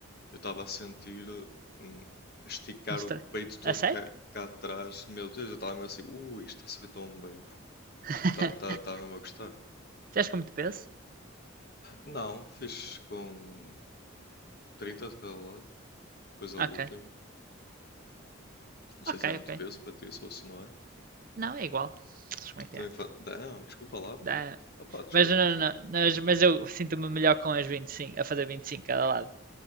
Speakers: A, on the left; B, on the right.
A: Eu estava a sentir hum, a esticar
B: Um stre...
A: o peito todo
B: é sério?
A: cá, cá atrás. Meu Deus, eu estava mesmo assim, ui, isto está a subir tão bem.
B: <laughs>
A: Estava tá, tá, tá mesmo a gostar.
B: Tens com muito peso?
A: Não, fiz com 30 de cada lado, depois a
B: Ok.
A: última. Não
B: Ok,
A: sei se é muito
B: ok.
A: peso para ti, ou se não é.
B: Não, é igual. Como é que
A: Também
B: é?
A: fa... Não, desculpa lá, pronto.
B: dá-
A: Opa, desculpa,
B: Mas, não,
A: desculpa.
B: não, mas, mas eu sinto-me melhor com as 25 a fazer 25 cada lado.